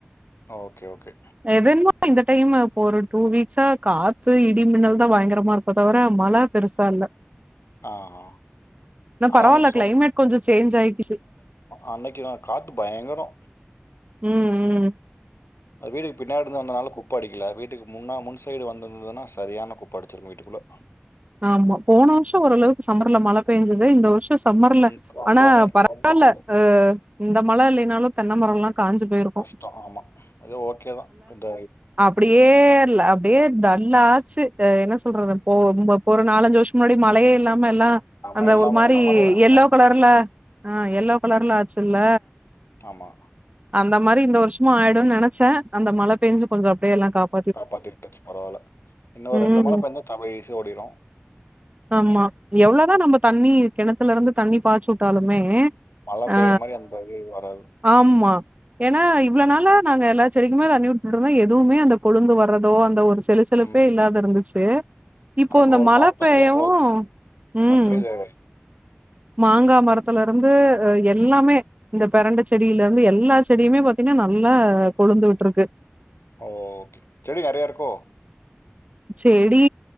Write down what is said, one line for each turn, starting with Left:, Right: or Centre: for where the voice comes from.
Left: ஆ ஓகே ஓகே
Right: அது என்னம்மோ இந்த டைம்ல இப்ப ஒரு டூ வீக்ஸா காத்து இடி மின்னல் தா பயங்கரமா இருக்கோ தவிர மழ பெருசா இல்ல
Left: ஆ ஆ.
Right: இல்ல
Left: ஆனா
Right: பரவால்ல
Left: அன்னைக்கு சோ
Right: கிளைமேட் கொஞ்சொ சேஞ்ச் ஆயிக்குச்சு
Left: அன்னைக்குனா காத்து பயங்கரோ
Right: ம் ம்
Left: அது வீட்டுக்கு பின்னடி இருந்னால குப்ப அடிக்கல வீட்டுக்கு முன்னா முன் சைடு வந்திருந்ததுன்னா சரியான குப்ப அடிச்சிருக்கூ வீட்டுக்குள்ளே
Right: ஆம் போன வருஷோ ஓரளவுக்கு சம்மர்ல மழை பெய்ஞ்சது இந்த வருஷோ சம்மர்ல
Left: ம், ரொம்பவே
Right: ஆனா பரவால்ல
Left: ரொம்ப கம்மி
Right: இந்த மழை இல்லைனாலூ தென்னை மரம்ல்லா காயஞ்சு போயிருக்கூ
Left: கஷ்டம் ஆமா அதே ஓகே தா இந்த
Right: அப்படியே அப்படியே தல்லாச்சு என்ன சொல்றது போ இம்ப ஒரு நாலஞ்சு வருஷொ முன்னாடி மழையே
Left: ம்,
Right: இல்லாம எல்லா
Left: ஆமா
Right: அந்த
Left: எல்லாமே
Right: ஒரு மாரி
Left: எல்லா மரமும் அப்படியா
Right: எல்லோ
Left: இருந்தது
Right: கலர்ல ஆ எல்லோ கலர்ல ஆச்சுல்ல
Left: ஆமா
Right: அந்த மாரி இந்த வர்ஷமு ஆயிடுன் நெனச்சே அந்த மழ பேஞ்சு கொஞ்ச அப்டியே எல்லா காப்
Left: காப்பாத்தி விட்ருச்சு பரவால்ல இன்னு
Right: ம்.
Left: ரெண்டு மழ பேஞ்சா தமிழ் ஈசியா ஓடிரு
Right: ஆமா எவ்ளோதா நம்ம தண்ணி கெணத்துல இருந்து தண்ணி பாய்ச்சு வுட்டாலுமே
Left: மழை பெய்யற
Right: ஆ
Left: மாரி அந்த இது வராது.
Right: ஆமா ஏன்னா இவ்ள நால நாங்க எல்லா செடிக்குமே தண்ணிவுட் இருந்தே எதுவுமே அந்த கொழுந்து வர்றதோ அந்த ஒரு செலசெலுப்பே
Left: ம்,
Right: இல்லாத
Left: ம்.
Right: இருந்துச்சு இப்போ
Left: ஆனா
Right: இந்த
Left: ஒரு
Right: மழை
Left: பெஞ்சா
Right: பேய்யவூ
Left: போதும்.
Right: ம்
Left: அப்படியே இது
Right: மாங்கா மரத்துல இருந்து எல்லாமே
Left: ம்.
Right: இந்த பரண்ட செடியில இருந்து எல்லா செடியுமே பாத்தீங்கன்னா நல்லா கொழுந்து விட்டுருக்கு
Left: ஓ செடி நெறய இருக்கோ
Right: செடி